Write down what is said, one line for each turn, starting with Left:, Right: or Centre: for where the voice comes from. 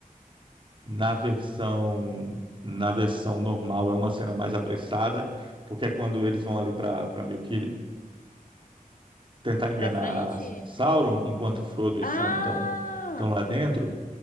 Right: na versão na versão normal é uma cena mais apressada, porque é quando eles vão ali para para meio que tentar enganar
Left: Pra frente?
Right: Sauron, enquanto Frodo e
Left: Ah!
Right: Sam estão estão lá dentro.